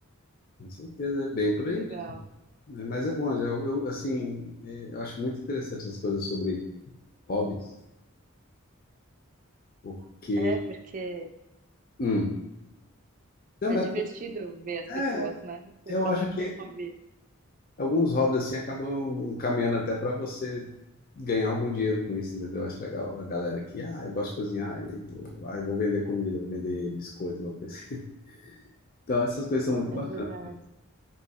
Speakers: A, on the left; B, on the right.
A: Com certeza, é bem por
B: Que
A: aí
B: legal.
A: mesmo. né? Mas é bom, eu, eu, assim, é, eu acho muito interessante essas coisas sobre hobbies, porque.
B: É, porque
A: hum, não,
B: É
A: mas,
B: divertido ver as
A: é,
B: pessoas, né?
A: eu
B: Cada
A: acho que
B: um tem um hobby.
A: alguns hobbies assim acabam caminhando até para você ganhar algum dinheiro com isso, entendeu? Eu Acho legal a galera que, ah, eu gosto de cozinhar, e vou, ah, eu vou vender comida, vou vender biscoito, alguma coisa. assim. Então, essas coisas são muito
B: É
A: bacanas.
B: verdade.